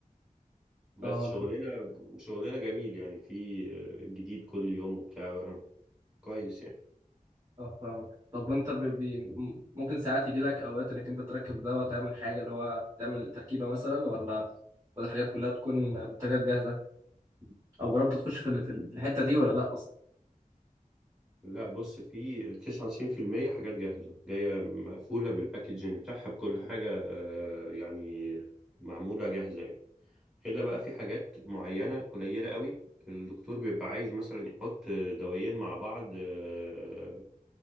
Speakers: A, in the centre; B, on the right (about 25°).
A: بس
B: اه
A: شغلنا شغلنا جميل يعني في آه، جديد كل يوم وبتاع آه، كويس يعني
B: اه فاهمك طب وانت بي بي م- ممكن ساعات يجي لك اوقات انك انت تركب دواء تعمل حاجه اللي هو تعمل تركيبه مثلا ولا ولا الحاجات كلها بتكون منتجات جاهزه او جربت تخش في ال- في ال- في الحته دي ولا لا اصلا
A: لا بص في 99% حاجات جاهزة جاية مقفولة بالباكجينج بتاعها بكل حاجة آه، يعني معمولة جاهزة يعني إلا بقى في حاجات معينة قليلة قوي الدكتور بيبقى عايز مثلا يحط دوايين مع بعض آه،